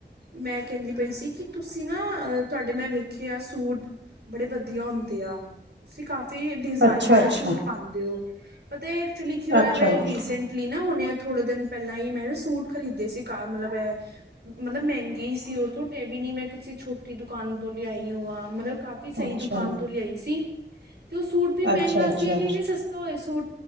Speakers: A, on the right (about 65°); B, on the right (about 90°).
A: ਮੈਂ ਕਹਿੰਦੀ ਪਈ ਸੀ ਕਿ ਤੁਸੀਂ ਨਾ ਅ ਤੁਹਾਡੇ ਮੈਂ ਵੇਖੇ ਆ ਸੂਟ ਬੜੇ ਵਧੀਆ ਹੁੰਦੇ ਆ। ਤੁਸੀਂ ਕਾਫੀ ਡਿਜ਼ਾਇਨਰ
B: ਅੱਛਾ ਅੱਛਾ
A: ਸੂਟ ਪਾਉਂਦੇ ਹੋ! ਪਤਾ, ਐਕਚੁਲੀ ਕੀ ਹੋਇਆ?
B: ਅੱਛਾ
A: ਮੈਂ
B: ਅੱਛਾ
A: ਰੀਸੈਂਟ ਲੀ ਨਾ ਹਣੇ ਆ ਥੋੜੇ ਦਿਨ ਪਹਿਲਾਂ ਹੀ ਮੈਂ ਨਾ ਸੂਟ ਖਰੀਦੇ ਸੀ, ਕਾਰ ਮਤਲੱਬ ਇਹ ਮਤਲੱਬ ਮਹਿੰਗੇ ਹੀ ਸੀ ਉਥੋਂ, ਤੇ ਇਹ ਵੀ ਨੀ ਮੈਂ ਕਿਸੇ ਛੋਟੀ ਦੁਕਾਨ ਤੋਂ ਲਿਆਈ ਹੋਵਾ, ਮਤਲਬ ਕਾਫੀ ਵੀ ਸਹੀ
B: ਅੱਛਾ
A: ਦੁਕਾਨ ਤੋਂ ਲਿਆਈ ਸੀ। ਤੇ ਉਹ ਸੂਟ ਵੀ ਮਹਿੰਗਾ
B: ਅੱਛਾ ਅੱਛਾ
A: ਸੀ, ਇਹ ਵੀ
B: ਅੱਛਾ
A: ਨਹੀਂ ਸਸਤਾ ਹੋਏ! ਸੂਟ,